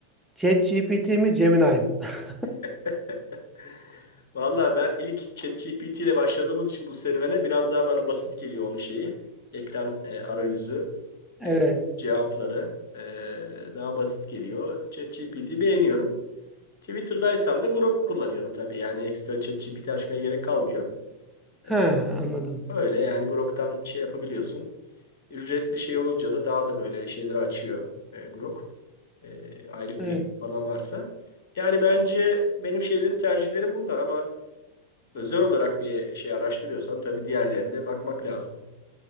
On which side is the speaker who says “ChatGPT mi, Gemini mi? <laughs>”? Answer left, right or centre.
Centre